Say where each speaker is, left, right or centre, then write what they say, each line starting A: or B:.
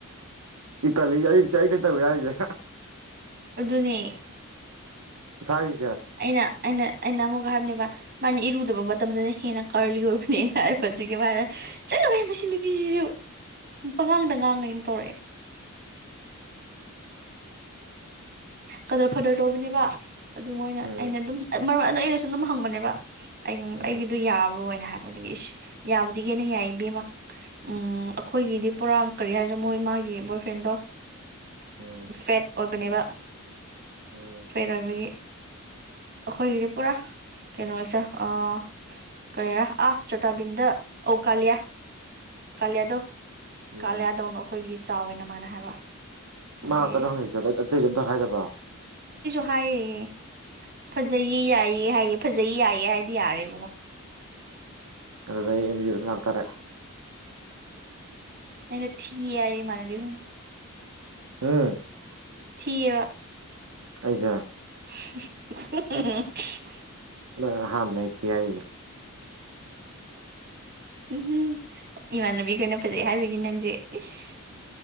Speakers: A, on the right; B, on the right.
A: ꯁꯤꯀꯔꯂꯤꯖ ꯆꯥꯏꯅꯤ ꯇꯧ ꯌꯥꯏꯖꯦ
B: ꯑꯗꯨꯅꯦ
A: ꯁꯥꯏ
B: ꯑꯩꯅ ꯑꯩꯅ ꯑꯩꯅ ꯑꯃꯨꯛꯒ ꯍꯥꯏꯕꯅꯦ ꯃꯥꯅ ꯏꯔꯨꯗꯕ ꯃꯇꯝꯗꯅ ꯍꯦꯟꯅ ꯀꯥꯔꯂꯤ ꯑꯣꯏꯕꯅꯦꯅ ꯍꯥꯏꯕ ꯑꯥꯗꯒꯦ ꯃꯥꯅ ꯆꯠꯂꯨ ꯍꯥꯏ ꯃꯁꯤ ꯅꯨꯄꯤꯁꯤꯁꯨ ꯄꯉꯥꯡꯗ ꯉꯥꯡꯉꯩꯅ ꯇꯧꯔꯛꯑꯦ ꯀꯗ꯭ꯔ ꯐꯗ꯭ꯔ ꯇꯧꯕꯅꯦꯕ ꯑꯗꯨ ꯃꯣꯏꯅ
A: ꯎꯝ
B: ꯑꯩꯅ ꯑꯗꯨꯝ ꯃꯔꯝ ꯑꯗꯨꯗꯣ ꯑꯩꯅꯁꯨ ꯑꯗꯨꯝ ꯍꯪꯕꯅꯦꯕ ꯑꯩ
A: ꯎꯝ
B: ꯑꯩꯒꯤꯗꯣ ꯌꯥꯕ꯭ꯔꯣꯅ ꯍꯥꯏꯕ ꯑꯗꯒꯤ ꯏꯁ ꯌꯥꯕꯗꯒꯤꯦꯟꯅ ꯌꯥꯏ ꯏꯕꯃ ꯎ ꯑꯩꯈꯣꯏꯒꯤꯗꯤ ꯄꯨꯣꯔꯥ ꯀꯔꯤ ꯍꯥꯏꯔ ꯃꯣꯏ ꯃꯥꯒꯤ ꯕꯣꯏꯐ꯭ꯔꯦꯟꯗꯣ
A: ꯎꯝ
B: ꯐꯦꯠ ꯑꯣꯏꯕꯅꯦꯕ ꯐꯦꯠ
A: ꯎꯝ
B: ꯑꯣꯏꯕꯒꯤ ꯑꯩꯈꯣꯏꯒꯤꯗꯤ ꯄꯨꯔꯥ ꯀꯩꯅꯣꯁꯦ ꯑ ꯀꯔꯤꯔꯥ ꯑꯥ ꯆꯣꯇꯥꯕꯤꯝꯗ ꯑꯧ ꯀꯥꯂꯤꯌꯥ ꯀꯥꯂꯤꯌꯥꯗꯣ
A: ꯎꯝ
B: ꯀꯥꯂꯤꯌꯥꯗꯧꯅꯣ ꯑꯩꯈꯣꯏꯒꯤꯗꯤ ꯆꯥꯎꯋꯦ ꯅ ꯃꯥꯅ ꯍꯥꯏꯕ ꯑꯗꯒꯤ
A: ꯃꯥ ꯉꯥꯛ ꯇꯔ ꯍꯪꯉꯁꯦ ꯑꯇꯩ ꯑꯇꯩꯗꯤ ꯑꯝꯇꯈꯥꯏꯗꯕ꯭ꯔꯣ
B: <unintelligible> ꯍꯥꯏꯌꯦ ꯐꯖꯩꯌꯦ ꯌꯥꯏꯌꯦ ꯍꯥꯏꯌꯦ꯫ ꯐꯖꯩ ꯌꯥꯏꯌꯦ ꯍꯥꯏꯗꯤ ꯌꯥꯔꯦ ꯏꯕꯨꯡꯉꯣ꯫
A: ꯑꯗꯨꯗ ꯑꯩ ꯑꯦꯝ ꯌꯨ ꯑꯗꯨꯝ ꯂꯥꯛꯇꯥꯔꯦ꯫
B: ꯅꯥꯪꯗꯣ ꯊꯤ ꯍꯥꯌꯦ ꯏꯃꯥꯅꯥꯕꯤ
A: <unintelligible>
B: ꯊꯤ ꯑꯕ꯫
A: ꯑꯩꯖ?
B: <unintelligible>
A: ꯅꯪꯅ ꯑꯍꯥꯟꯕꯅꯤ ꯑꯩ ꯊꯤ ꯍꯥꯏꯔꯤꯖꯦ꯫
B: ꯎꯝ ꯏꯃꯥꯟꯅꯕꯤꯈꯣꯏꯅ ꯐꯖꯩ ꯍꯥꯏꯕꯒꯤ ꯅꯪꯁꯦ ꯏꯁ